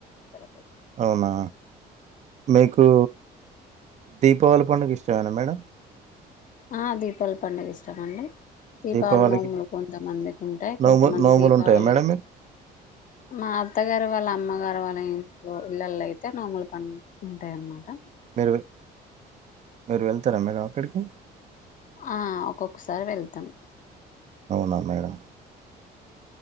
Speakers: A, on the left; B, on the right.
A: సెలబ్రేషన్స్
B: అవునా మీకు దీపావళి పండుగ ఇష్టమేన మేడం
A: ఆ దీపావళి పండుగ ఇష్టమండి దీపావళి
B: దీపావళికి
A: నోములు కొంతమందికి ఉంటాయి.
B: నోము
A: కొంతమంది
B: నోములు
A: దీపావళి
B: ఉంటాయా మేడం మీరు
A: మా అత్తగారు వాళ్ళ అమ్మగారు వాళ్ళ ఏళ్లలో అయితే నోములు పని ఉంటాయిన్నమాట
B: మీరు మీరు వెళ్తార మేడం అక్కడికి
A: ఆ ఒక్కొక్కసారి వెళ్తాం
B: అవునా మేడం